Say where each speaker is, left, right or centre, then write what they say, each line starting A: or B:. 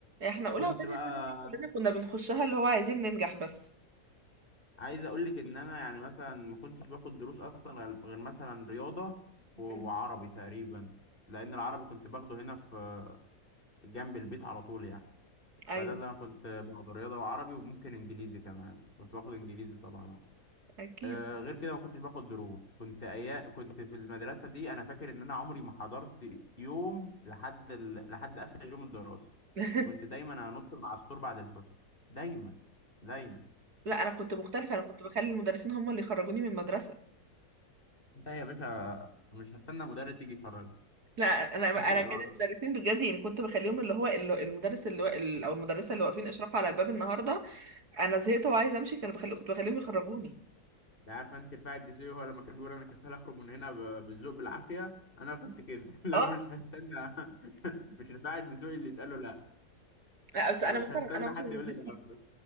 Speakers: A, on the right; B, on the left.
A: احنا اولى
B: كنت
A: وتانية
B: بقى
A: ثانوي دي كلنا كنا بنخشها اللي هو عايزين ننجح بس
B: عايز اقول لك ان انا يعني مثلا ما كنتش باخد دروس اصلا غير غير مثلا رياضه و- وعربي
A: مم.
B: تقريبا لان العربي كنت باخده هنا في جنب البيت على طول يعني
A: ايوه
B: فده اللي انا كنت باخده رياضه وعربي وممكن انجليزي كمان كنت باخد انجليزي طبعا آه
A: اكيد
B: آه، غير كده ما كنتش باخد دروس كنت أيا كنت في المدرسه دي انا فاكر ان انا عمري ما حضرت يوم لحد ال... لحد اخر يوم الدراسه
A: <laughs>
B: كنت دايما انط من على السور بعد الفصل دايما دايما
A: لا انا كنت مختلفة انا كنت بخلي المدرسين هم اللي يخرجوني من المدرسة
B: لا يا باشا مش هستنى مدرس يجي يخرج
A: لا انا
B: مش
A: انا
B: ما-
A: كان المدرسين بجد يعني كنت بخليهم اللي هو ال- المدرس اللي وا- ال- او المدرسه اللي واقفين اشراف على الباب النهارده انا زهقت وعايزه امشي كانوا بخلي كنت بخليهم يخرجوني
B: انت عارف انت رفاعي الدسوقي هو لما كان بيقول انا كفاله اخرج من هنا ب- بالذوق بالعافيه انا كنت كده <laughs> لو
A: اه
B: مش هستنى مش رفاعي الدسوقي اللي اتقال له لا
A: لا، بس
B: فمش
A: انا مثلا
B: هستنى
A: انا واحده
B: حد
A: من الناس
B: يقول لي لا
A: ل-